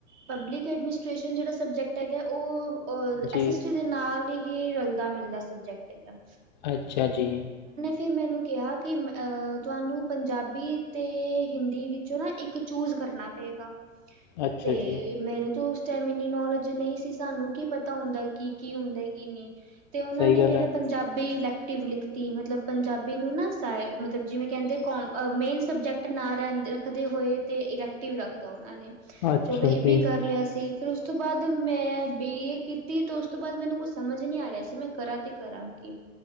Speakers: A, on the right; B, on the left.
A: ਪਬਲਿਕ ਐਡਮਿਨਿਸਟ੍ਰੇਸ਼ਨ ਜਿਹੜਾ ਸਬਜੈਕਟ ਹੈਗਾ ਉਹ। ਉਹ
B: ਜੀ
A: ਐਸ ਐਸ ਟੀ ਦੇ ਨਾਲ ਹੀ। ਹੀ ਰਲਦਾ ਮਿਲਦਾ ਸਬਜੈਕਟ ਹੈਗਾ ਹੈ।
B: ਅੱਛਾ ਜੀ।
A: ਫਿਰ ਮੈਨੂੰ ਕਿਹਾ ਕਿ ਮੈਂ ਤੁਹਾਨੂੰ ਪੰਜਾਬੀ ਅਤੇ ਹਿੰਦੀ ਵਿੱਚੋਂ ਨਾ ਇੱਕ। ਚੂਜ ਕਰਨਾ ਪਏਗਾ?
B: ਅੱਛਾ
A: ਤੇ
B: ਜੀ
A: ਮੈਨੂੰ ਤਾਂ ਉਸ। ਟਾਈਮ ਇੰਨੀ ਨੌਲੇਜ ਨਹੀਂ ਸੀ ਸਾਨੂੰ ਕੀ ਪਤਾ ਹੁੰਦਾ ਕੀ ਕੀ ਹੁੰਦਾ ਕੀ ਨਹੀਂ? ਤੇ ਉਹਨਾਂ
B: ਸਹੀ
A: ਨੇ
B: ਗੱਲ
A: ਮੇਰਾ
B: ਹੈ
A: ਪੰਜਾਬੀ। ਅਲੈਕਟਵ ਲਿਖਤੀ ਮਤਲਬ ਪੰਜਾਬੀ ਨੂੰ ਨਾ ਸ ਮਤਲਬ ਜਿਵੇਂ ਕਹਿੰਦੇ ਕੋਮ ਮੇਨ ਸਬਜੈਕਟ ਨਾ ਰਹਿੰਦੇ ਰੱਖਦੇ ਹੋਏ। ਤੇ ਇਰੈਕਟਿਵ ਰੱਖ ਦੋ। ਉਹ ਨੇ
B: ਅੱਛਾ
A: ਚਲੋ ਇਹ ਵੀ
B: ਜੀ
A: ਕਰ ਲਿਆ ਸੀ? ਫਿਰ ਉਸ ਤੋਂ ਬਾਅਦ ਮੈਂ ਬੀਏ ਕੀਤੀ ਅਤੇ ਉਸ ਤੋਂ ਬਾਅਦ ਮੈਨੂੰ ਕੁਛ ਸਮਝ ਨਹੀਂ ਆ ਰਿਹਾ ਸੀ ਮੈਂ ਕਰਾਂ ਤਾਂ ਕਰਾਂ ਕੀ